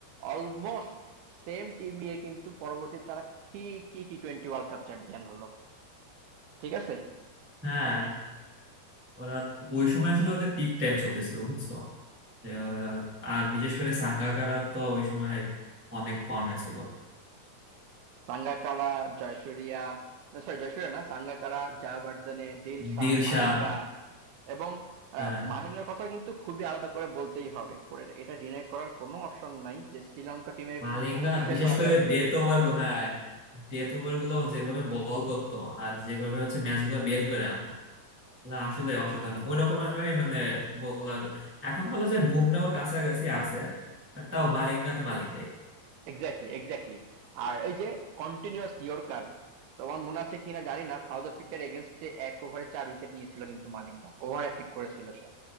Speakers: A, on the right; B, on the right.
A: অলমোস্ট সেম টিম নিয়ে কিন্তু পরবর্তীতে তারা ঠিকই T twenty world cup champion হলো ঠিক আছে
B: হ্যাঁ ওরা ওই সময় আসলে ওদের পিক টাইম চলতেছিল বুঝছো আহ, আর বিশেষ করে সাঙ্গাকারা তো ওই সময় অনেক ফর্মে ছিল
A: সাঙ্গাকারা, জয়সূরিয়া, না সরি জয়সূরিয়া না, সাঙ্গাকারা, জয়াবর্ধনে, দিলশান,
B: দিলশা
A: মালিঙ্গা এবং
B: হ্যাঁ
A: আহ, মালিঙ্গার কথা কিন্তু খুবই আলাদা করে বলতেই হবে করে এটা ডিনাই করার কোনো অপশন নাই যে শ্রীলঙ্কা টিমের
B: মালিঙ্গা
A: কোনো বিষয়ে
B: বিশেষ
A: আবদার
B: করে
A: হবে
B: ডেথ ওভার হ্যাঁ ডেথ ওভার গুলো ও যেভাবে বল করতো আর যেভাবে হচ্ছে ম্যাচ গুলো বের করে আনতো না আসলে অসাধারণ ওই রকম আমি মানে বলার এখন বলা যায় বুমরাহর কাছাকাছি আছে বাট তাও মালিঙ্গা তো মালিঙ্গাই
A: Exactly exactly আর এই যে কন্টিনিউয়াস ইয়র্কার তোমার মনে আছে কিনা জানি না সাউথ আফ্রিকার এগেনস্টে এক ওভারে চার উইকেট নিয়েছিল কিন্তু মালিঙ্গা ওভার পিক করেছিল সে